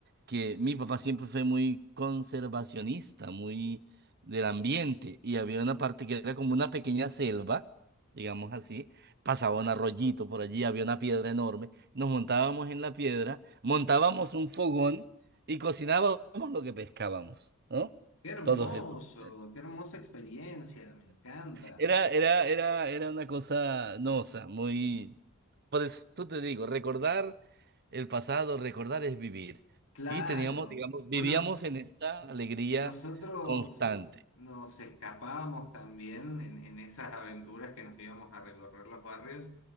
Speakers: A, on the right; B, on the left.
A: que mi papá siempre fue muy conservacionista, muy del ambiente, y había una parte que era como una pequeña selva, digamos así, pasaba un arroyito por allí, había una piedra enorme, nos montábamos en la piedra, montábamos un fogón y cocinábamos lo que pescábamos, ¿no?
B: Qué hermoso,
A: Todos esos. muchachos.
B: qué hermosa experiencia, me encanta.
A: Era, era, era, era una cosa, no, o sea, muy... Por eso te digo, recordar el pasado, recordar es vivir.
B: Claro.
A: Y teníamos, digamos, vivíamos
B: Bueno,
A: en esta alegría
B: Nosotros
A: constante.
B: nos escapábamos también en, en esas aventuras que nos íbamos a recorrer los barrios.